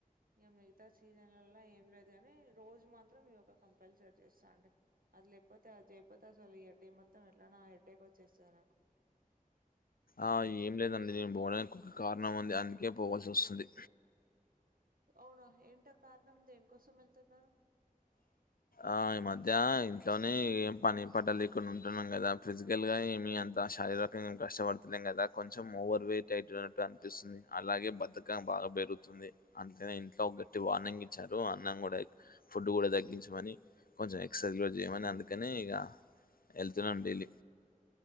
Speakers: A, on the right (about 80°); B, on the left (about 80°).
A: ఇగ మిగతా సీజన్లల ఏం లేదు గాని రోజు మత్రం యో కంపల్సరీ చేస్తా అండి అది లేకపోతే అది చే కాకపోతే అసలు ఇగ డే మొత్తం ఎట్లనో హెడేక్ వచ్చేస్తది నాకు
B: ఆ ఏం లేదు అండి నేను పోవడానికి ఒక కారణం ఉంది అందుకే పోవల్సి వస్తుంది
A: అవునా ఏంటి అ కారణం దేనికోసం వెళ్తున్నారు
B: ఆ ఈ మధ్య ఇంట్లోనే ఏం పని పట లేకుండా ఉంటున్నాం కదా ఫిజికల్ గా ఏమి అం శారీరకంగాం కష్టపడతులే కదా కొంచెం ఓవర్ వయిట్ అయిన్నట్టు అనిపిస్తుంది అలాగే బద్దకం బా బా పెరుగుతుంది అంటనే ఇంట్లో ఒక గట్టి వార్నింగ్ ఇచ్చారు అన్నం కూడా ఫుడ్ కూడా తగ్గించ ని కొంచెం ఎక్ససైజ్ చేయమని అందుకనే ఇగా వెళ్తున్న డైలీ